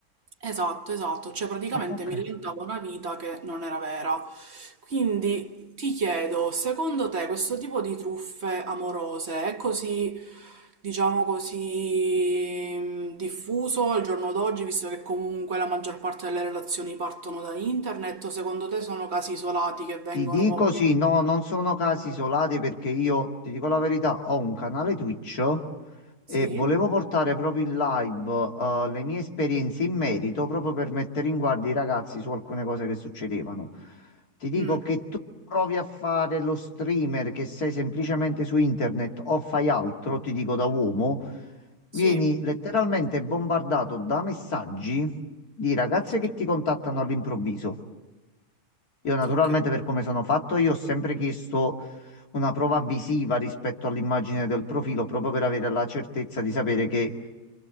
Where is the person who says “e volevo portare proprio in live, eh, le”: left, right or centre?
Left